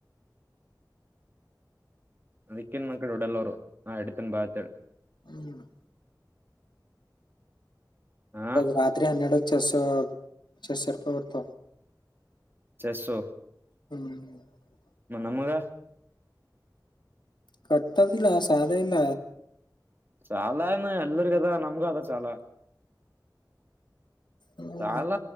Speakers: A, on the right; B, on the left.
A: ಅದಕ್ಕನ್ ಮಕ್ಕಳು ಉಡಲೋರು ಆ ಅಡತನ್ ಬಾತಾಡ್
B: ಹ್ಮ್
A: ಹಾ
B: ರಾತ್ರಿ ಹನ್ನೆರಡು ಚಸ್ ಚಸ್ ರೂಪಾಯಿ ಬರ್ತ
A: ಚ ಸು
B: ಹ್ಮ್ <unintelligible>
A: ಮ ನಮ್ಮಗ
B: ಕಟ್ಟದಲ್ಲ ಸಾಲ ಇಲ್ಲ
A: ಚಾಲಏನು ಎಲ್ರಿಗದ ನಮ್ಗ ಅದ ಚಾಲ
B: ಹ್ಮ್
A: ಸಾಲ